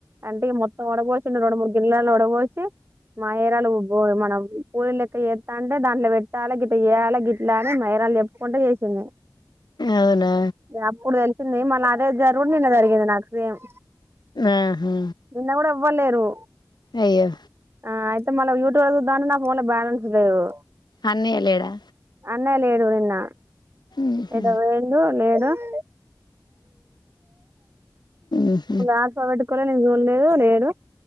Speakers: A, on the right; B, on the left.
A: అంటే మొత్తం ఉడబోసుండు రొండు, మూడు గిన్లైల్లో ఉడబోసి మయరాలు మనం పూలీ లెక్క చేత్తాంటే దాంట్లో పెట్టాలి గిట్ చేయాలి గిట్లా అని మయరాలు చెప్పుకుంటూ చేసింది
B: అవునా
A: అప్పుడు తెలిసింది మళా అదే జరుగుని జరిగింది నాకుమ్.
B: ఆహా.
A: నిన్న గుడ ఎవ్వలేరు
B: అయ్యో
A: ఆ అయితే మళ్ళ యూట్యూబ్ చుదాం అంటే నా ఫోన్ లో బ్యాలెన్స్ లేదు.
B: అన్నయ్య లేడా
A: ఏ లేడు నిన్న
B: ఉహు.
A: ఎటో బొయిండు లేడు <inaudible>
B: ఉహు.
A: ఆశ పెట్టుకోలే నేన్ జూల్లేదు లేడు